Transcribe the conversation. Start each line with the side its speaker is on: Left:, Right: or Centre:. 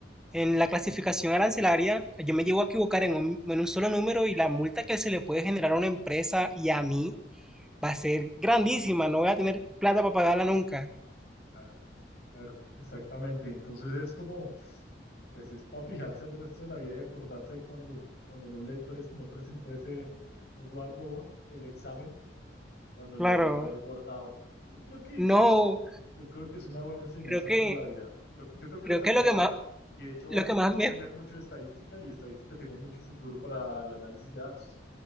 Centre: En la clasificación arancelaria, yo me llego a equivocar en un, en un solo número y la multa que se le puede generar a una empresa y a mí va a ser grandísima. No voy a tener plata para pagarla nunca.
Left: claro, claro, exactamente. Entonces es como, pues es para fijarse el resto de la vida y acordarse de cuando, cuando no le pres- no presentó ese, no guardó el examen cuando
Centre: Claro.
Left: lo debía haber guardado. Yo creo que
Centre: No,
Left: Yo creo que es una buena enseñanza
Centre: creo que,
Left: para la vida. Yo, yo creo que
Centre: creo
Left: la sacó
Centre: que lo
Left: barata
Centre: que más,
Left: y de hecho
Centre: lo
Left: va,
Centre: que más
Left: va a
Centre: me...
Left: aprender mucho de estadística y estadística tiene mucho futuro para el análisis de datos.